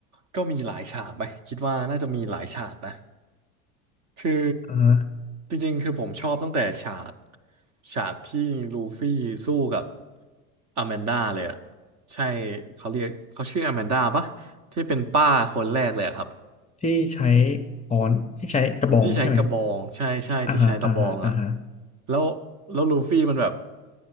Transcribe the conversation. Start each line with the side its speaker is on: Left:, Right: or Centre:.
Right: ก็มีหลายฉากไปคิดว่าน่าจะมีหลายฉากนะคือ
Left: อ่าฮะ
Right: จริงๆคือผมชอบตั้งแต่ฉากฉากที่ลูฟี่สู้กับอแมนดาเลยอะใช่เขาเรียกเขาชื่ออแมนดาปะที่เป็นป้าคนแรกเลยอะครับ
Left: ที่ใช้ค้อนที่ใช้กระบองใช่ไหม
Right: ที่ใช้กระบองใช่ใช่ที่ใช้ตะบองอ่ะ
Left: อ่าฮะอ่าฮะอ่าฮะ
Right: แล้วแล้วลูฟี่มันแบบ